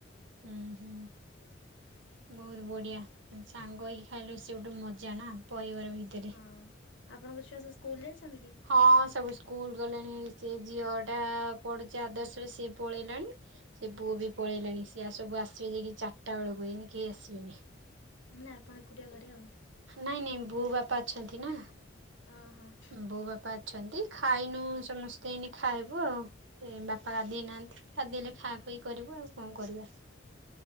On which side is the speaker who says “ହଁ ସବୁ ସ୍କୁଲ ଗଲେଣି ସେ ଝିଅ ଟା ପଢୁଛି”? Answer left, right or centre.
Right